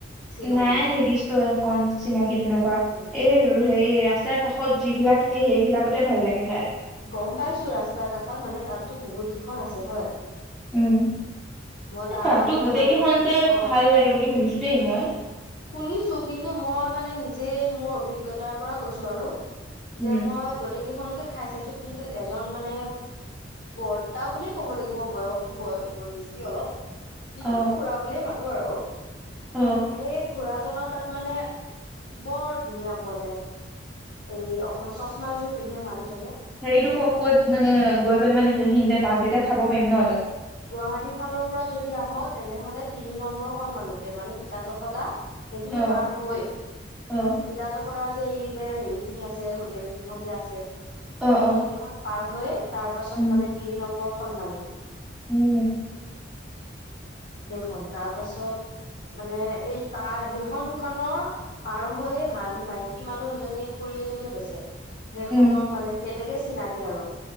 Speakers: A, on the left (about 75°); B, in the centre.
A: চিনাকি
B: নাই নিৰ্দিষ্ট এখন চিনাকি, তেনেকুৱা
A: উম
B: এই হেৰি তাৰ কাষত যিবিলাক থাকে সেইবিলাকতে ভাল লাগে খাই।
A: গম পাইছো ৰাস্তাৰ কাষত মানে তাতো বহুত কেইখন আছে হয়।
B: উম।
A: মই তাৰ
B: এই তাতো
A: মাজতে
B: গোটেই
A: মানে,
B: কেইখনতে
A: অ,
B: ভাল লাগে বুলি শুনিছো দেই মই
A: শুনিছোঁ কিন্তু মই মানে নিজে মোৰ অভিজ্ঞতাৰ পৰা কৈছো আৰু
B: উম।
A: যে মই গোটেই কেইখনত তই খাইছ খাইছ কিন্তু এজন মানে বৰ্তা বুলিয়ে ক'ব লাগিব, বয়সতটো, বয়স বেছি অলপ কিন্তু
B: অ',
A: খুৰা বুলিয়ে মাতো। টো, আৰু
B: অ',
A: সেই খুৰাজনৰ তাত মানে বৰ ধুনীয়া পোৱা যায়। এই অকমান চচমাযোৰ পিন্ধে মানুহজনে।
B: হেৰিটোক ক'ত মানে গৈ পেলাই মানে কুহিতে পাম তেতিয়া খাব পাৰিম ন তাত।
A: গুৱাহাটী ফালৰ পৰা যদি আহ তেনেহলে তিনি নম্বৰ সন মমানতে মানে সীতা জখলা সেইখিনি
B: অ'।
A: পাৰ হৈ
B: অ',
A: সিতা যখলাৰ যে এই যে হেৰি বহুত খিনি আছে হোটেল কেইখন যে আছে সেইকেইখন
B: অ', অ',
A: পাৰ হয়। তাৰ পাছত
B: উম,
A: মানে তিনি নম্বৰ সন্মানে।
B: উম!
A: সেইখন, তাৰ পাছত, মানে, এই তাৰ, সেইখন দোকানৰ পাৰ হয়, মানে, মাইকী মানুহ এজনীয়ে, খুৰী এজনীয়ে বেচে। সেইখনৰ
B: উম,
A: মানে, সেনেকে চিনাকি আৰু।